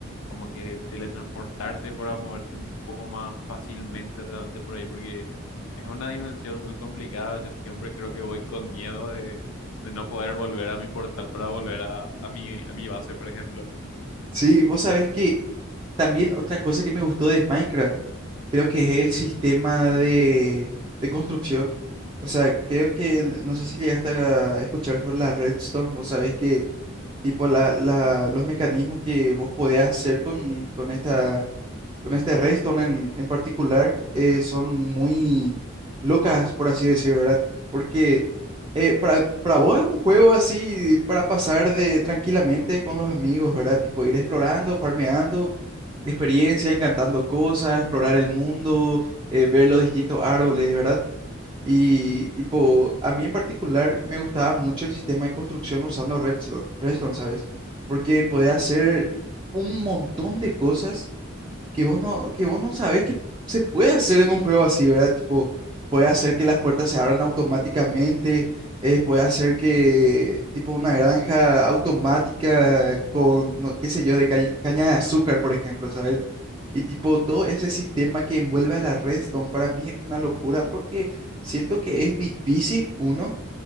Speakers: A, on the left; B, on the right.
A: como que teletransportarte, para moverte un poco más fácilmente realmente por ahí, porque es una dimensión muy complicada. Yo siempre creo que voy con miedo de, de no poder volver a mi portal para volver a, a mi, a mi base, por ejemplo.
B: Sí, vos sabés que también otra cosa que me gustó de Minecraft, creo que es el sistema de, de construcción. O sea, creo que, no sé si llegaste a escuchar sobre la redstone, vos sabés que tipo la, la- los mecanismos que vos podés hacer con, con esta, con este redstone en, en particular eh, son muy locas, por así decir, ¿verdad? Porque eh, para, para vos es un juego así para pasar de tranquilamente con los amigos, ¿verdad? Tipo ir explorando, farmeando experiencia, encantando cosas, explorar el mundo, eh, ver los distintos árboles, ¿verdad? Y tipo, a mí en particular me gustaba mucho el sistema de construcción usando Redstone, Redstone, ¿sabes? Porque podía hacer un montón de cosas que vos no, que vos no sabés que se puede hacer en un juego así, ¿verdad? Tipo, puede hacer que las puertas se abran automáticamente, eh, puede hacer que, tipo, una granja automática con, no, qué sé yo, de ca- caña de azúcar, por ejemplo, ¿sabes? Y tipo, todo ese sistema que envuelve a la Redstone para mí es una locura porque siento que es difícil, uno